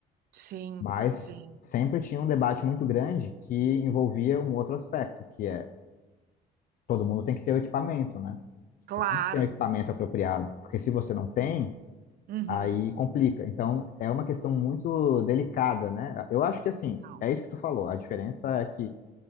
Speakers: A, on the right; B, on the left.
A: Sim,
B: Mas
A: sim.
B: sempre tinha um debate muito grande que envolvia um outro aspecto, que é todo mundo tem que ter o equipamento, né?
A: Claro.
B: Você tem que ter o equipamento apropriado, porque se você não tem,
A: Uhum.
B: aí complica. Então, é uma questão muito delicada, né? Eu acho que assim,
A: Não.
B: é isso que tu falou. A diferença é que